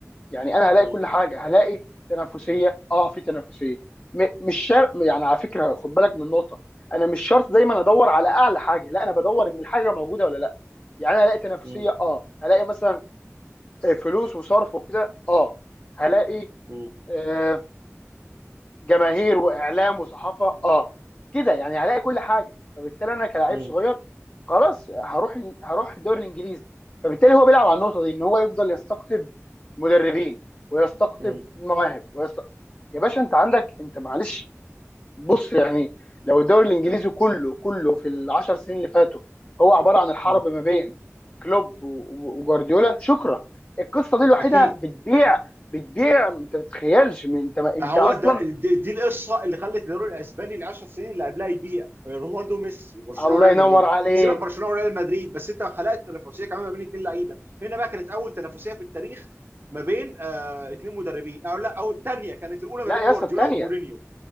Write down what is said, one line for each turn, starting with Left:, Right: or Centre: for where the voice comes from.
Left: يعني انا هلاقي
Right: مم.
Left: كل حاجه هلاقي تنافسيه
Right: مم.
Left: اه في تنافسيه م- مش شرط يعني على فكره خد بالك من نقطه انا مش شرط دايما ادور على اعلى حاجه لا انا بدور ان الحاجه موجوده ولا لا يعني انا هلاقي تنافسيه
Right: مم.
Left: اه هلاقي مثلا آه، فلوس وصرف وكده اه هلاقي
Right: مم.
Left: آه، جماهير واعلام وصحافه اه كده يعني هلاقي كل حاجه فبالتالي انا كلاعب
Right: مم.
Left: صغير خلاص هروح هروح الدوري الانجليزي فبالتالي هو بيلعب على النقطه دي ان هو يفضل يستقطب مدربين ويستقطب
Right: مم.
Left: مواهب ويست... يا باشا انت عندك انت معلش بص يعني لو الدوري الانجليزي كله كله في العشر سنين اللي فاتوا هو عباره عن الحرب
Right: مم.
Left: ما بين كلوب و- و- وجوارديولا شكرا القصه دي الوحيده
Right: اكيد
Left: بتبيع بتبيع انت ما تتخيلش من انت انت
Right: ما هو
Left: اصلا
Right: ده دي, دي القصه اللي خلت الدوري الاسباني ال 10 سنين اللي قبلها يبيع رونالدو وميسي برشلونه
Left: الله
Right: وريال
Left: ينور
Right: مدريد
Left: عليك
Right: سيبك برشلونه وريال مدريد بس انت خلقت تنافسيه كمان ما بين اثنين لعيبه هنا بقى كانت اول تنافسيه في التاريخ ما بين آه اثنين مدربين او لا او الثانيه كانت الاولى
Left: لا
Right: ما بين
Left: يا
Right: جوارديولا
Left: اسطى الثانيه
Right: ومورينيو